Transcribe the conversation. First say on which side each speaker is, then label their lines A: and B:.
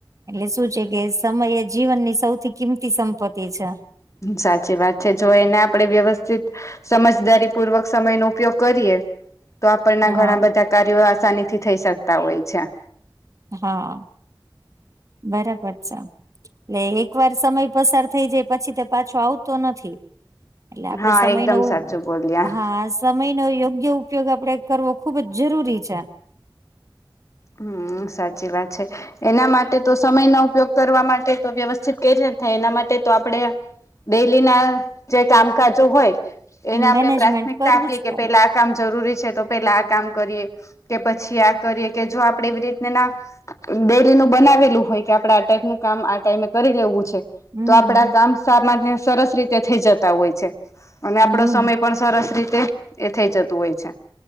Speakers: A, on the right; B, on the left.
A: એટલે શું છે કે સમય એ જીવનની સૌથી કિંમતી સંપત્તિ છે.
B: સાચી વાત છે જો એને આપડે વ્યવસ્થિત સમજદારી પૂર્વક સમયનો ઉપયોગ કરીએ. તો આપણના
A: હા
B: ઘણા બધા કાર્યો આસાની થી થઈ શકતા હોય છે.
A: હા બરાબર છે. એટલે એક વાર સમય પસાર થઈ જાય પછી તે પાછો આવતો નથી એટલે આપડે
B: હા
A: સમય
B: એકદમ
A: નો
B: સાચું બોલ્યા
A: હા સમય નો યોગ્ય ઉપયોગ આપડે કરવો ખુબ જ જરૂરી છે.
B: હમ્મ સાચી વાત છે એના માટે તો સમયનો ઉપયોગ કરવા માટે તો વ્યવસ્થિત કઈ રીતેના થાય એના માટે તો આપડે ડેલી ના જે ચામકાજો હોય એને આપણે
A: મેનેજમેન્ટ
B: પ્રાથમિકતા
A: કરવું
B: આપીએ
A: જ
B: કે
A: પડે
B: પેલા આ કામ જરૂરી છે તો પેલા આ કામ કરીએ કે પછી આ કરીએ કે જો આપડે એવી રીત ના ડેલી નું બનાવેલું હોય કે આપડે આ ટાઈપ નું કામ આ ટાઈમે કરી લેવું છે. તો
A: હમ
B: આપડા કામ સામાન્ય સરસ રીતે થઈ જતા હોય છે અને
A: હમ
B: આપડો સમય પણ સરસ રીતે એ થઈ જતું હોય છે.